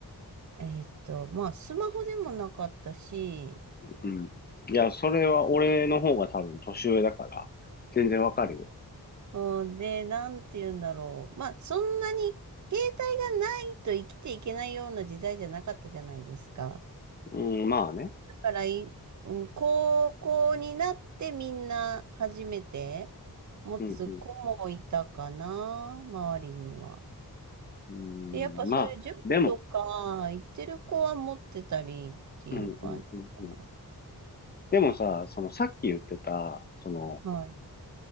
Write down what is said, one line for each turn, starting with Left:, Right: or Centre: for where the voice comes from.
Right: えーっと、まあ、スマホでもなかったし、
Left: うんいや、それは俺の方が多分年上だから、全然わかるよ。
Right: うんで、なんていうんだろう。まあ、そんなに携帯がないと生きていけないような時代じゃなかったじゃないですか。
Left: うん、まあね。
Right: だからい、うん高校になってみんな初めて、持つ子もいたかな、
Left: うん、うん、
Right: 周りには。
Left: うん。
Right: で、やっぱそういう塾とか行ってる子は持ってたりっていう感じかな。
Left: まあ、でも、うん、うん、うん、うん。でもさ、そのさっき言ってた、その、
Right: はい。